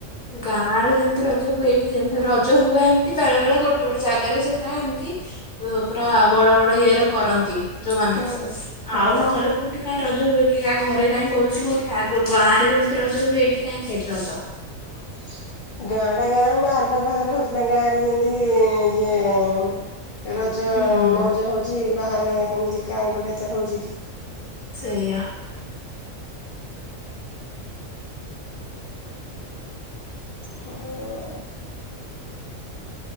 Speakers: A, on the left; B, on the left.
A: ଗାଁ ରେ ଯେମତି ରଜ ହୁଏ ଏଠି ଯେମ୍ ରଜ ହୁଏ ଏମିତି ବେଳେ ବେଳେ ଗୋଟେ ଗୋଟେ ଜାଗାରେ ସେ ପ୍ରାୟ ଏମତି ଉଁ ପୁରା ବଡ ବଡ ଇଏରେ କରନ୍ତି ଯୋଉମାନେ
B: ହୁଁ ହଁ
A: ଆଉ ନହେଲେ କୋଉଠି କାଇଁ ରଜ ହୁଏ କି ଆ ଘରେ କାଇଁ କରୁଛୁ, ଉଠି ଆଗୁ ଗାଁରେ ଯେମିତି ରଜ ହୁଏ ଏଠି କାଇଁ ସେଠି ରଜ?
B: <unintelligible> ଗାଁ ଟା ଗାଁ ବାହାର ଟା ବାହାର ହଉଛି ନା ଗାଁରେ ଯେମିତି-ଇଁ ଇଏଁ ରଜ-ଅ
A: ହୁଁ
B: ମୋଉଜ ହଉଛି ବାହାରେ ଏମିତି କାଁ କୋଟି ଏତେ ହଉଛି କି?
A: ସେଇଆ।
B: ହୁଁ।